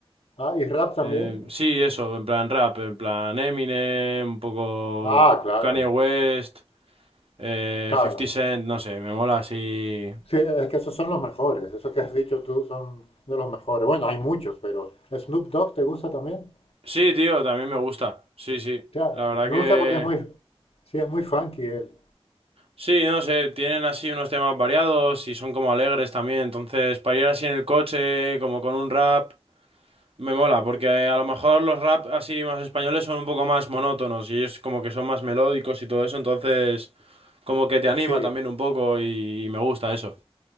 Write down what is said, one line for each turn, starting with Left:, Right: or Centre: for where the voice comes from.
Left: Ah, ¿y rap también?
Right: Eh, sí, eso, en plan rap, en plan Eminem, un poco
Left: Ah, claro,
Right: Kanye West, eh,
Left: claro.
Right: 50 Cent, no sé, me mola así.
Left: Sí, es que esos son los mejores. Eso que has dicho tú son de los mejores. Bueno, hay muchos, pero ¿Snoop Dogg te gusta también?
Right: Sí, tío, también me gusta. Sí, sí.
Left: Ya,
Right: La verdad
Left: me
Right: que...
Left: gusta porque es muy, sí, es muy funky él.
Right: Sí, no sé, tienen así unos temas variados y son como alegres también, entonces para ir así en el coche, como con un rap, me mola, porque eh, a lo mejor los rap así más españoles son un poco más monótonos y ellos como que son más melódicos y todo eso, entonces como que te anima
Left: Sí,
Right: también un poco y, y me gusta eso.